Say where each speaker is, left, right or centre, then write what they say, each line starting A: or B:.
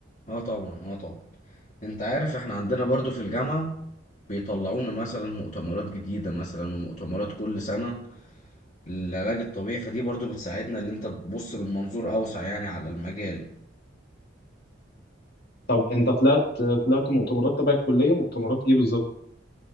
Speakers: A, on the left (about 35°); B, on the left (about 55°).
A: اه طبعا اه طبعا انت عارف احنا عندنا برضو في الجامعة بيطلعونا مثلا مؤتمرات جديدة مثلا ومؤتمرات كل سنة للعلاج الطبيعي فدي برضو بتساعدنا اللي انت تبص من منظور اوسع يعني على المجال
B: طب انت طلعت طلعت مؤتمرات تبع الكليه مؤتمرات ايه بالظبط